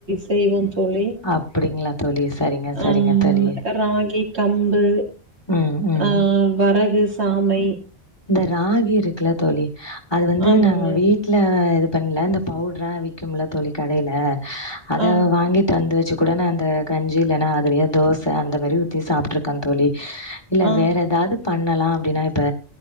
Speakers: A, on the right (about 80°); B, on the left (about 25°).
A: செய்வ தோழி
B: அப்டிங்களா தோழி சரிங்க சரிங்க
A: அம்
B: தோழி
A: ராகி கம்பு
B: ம் ம்
A: ஆ வரகு சாமை
B: இந்த ராகி இருக்குல தோழி அது வந்து
A: ஆமாங்க
B: நாங்க வீட் வீட்ல இது பண்ல இந்த பவுட்ரா விக்கும்ல தோழி கடைல அத
A: ஆ
B: வாங்கிட்டு வந்து வச் கூட நா அந்த கஞ்சி இல்லன்னா அதுலயே தோச அந்த மாரி ஊத்தி சாப்ட்ருக்கன் தோழி இல்ல
A: ஆ
B: வேற எதாவ்து பண்ணலாம் அப்டின்னா இப்ப